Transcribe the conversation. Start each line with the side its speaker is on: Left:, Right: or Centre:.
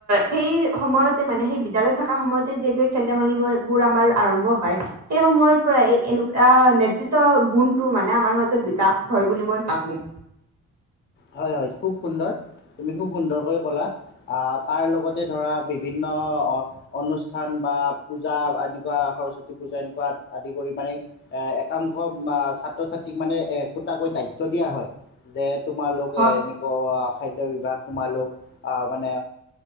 Right: সেই সময়তে মানে সেই বিদ্যালয়ত থকা সময়তে যিহেতু খেল ধেমালি বোৰ আমাৰ আৰম্ভ হয়। সেই সময়ৰ পৰাই এনেকা। এ নেতৃত্ব গুণটো মানে আমাৰ মাজত বিকাশ হয় বুলি মই ভাবো।
Left: হয় হয় খুব সুন্দৰ, তুমি খুব সুন্দৰকৈ কলা। তাৰ লগতে ধৰা বিভিন্ন অনুষ্ঠান বা পূজা এনেকুৱা, সৰস্বতী পূজা এনেকুৱা আদি কৰি মানে এ একাংশ ছাত্ৰ -ছাত্ৰীক মানে একোটাকৈ দায়িত্ব দিয়া হয়। যে, তোমালোকে
Right: হয়
Left: এনেকুৱা, খাদ্য বিভাগ, তোমালোক আহ মানে